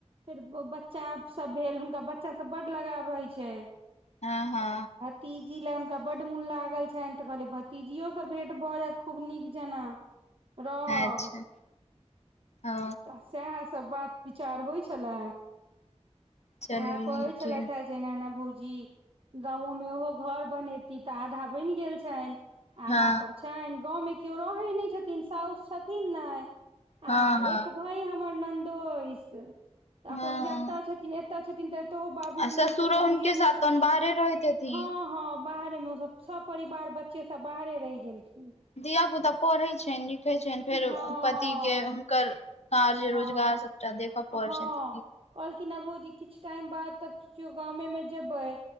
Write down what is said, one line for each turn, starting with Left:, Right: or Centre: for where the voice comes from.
Right: फेर बच्चा सब भेल हुनका बच्चा सब बड लगाव रहय छै
Left: हँ हँ
Right: तीजी लए हुनका बड्ड मोन लागल छइन तऽ कहलिय भतीजियो स भेंट भऽ जैत खूब नीक जेना रहब
Left: अच्छा ओ
Right: तऽ सएह सब बात विचार होइ छलै
Left: चलू
Right: उएह
Left: नीक
Right: कहै छलथि
Left: यै
Right: हे जेना एना एना भौजी गांवो में ओहो घर बनेती तऽ आधा बैन गेल छैन आधा
Left: हँ
Right: पर छयन गाँवमे किओ रहै नइ छथिन साउस छथिन ने आ
Left: हँ हँ
Right: एक भाईं हमर नन्दोइस अपन
Left: हँ
Right: जतऽ छथिन एतऽ छथिन तऽ तऽ बाबूजी
Left: आ ससुरो
Right: हुनकर संगे
Left: हुनके
Right: में
Left: साथ
Right: छथिन
Left: तहन बाहरे रहैत हेथिन
Right: हँ हँ बाहरे में ओ सब परिवार बच्चे सब बाहरे रहि गेलखिन
Left: धियापुता पढ़ै छइन लिखै छइन फेर
Right: हँ
Left: पतिके
Right: हँ
Left: हुनकर कार्य
Right: हँ
Left: रोजगार सबटा देख प
Right: हँ
Left: छै त
Right: कहलखिन हैं भबूजी किछ टाइम बाद तबचियो गां में जेबै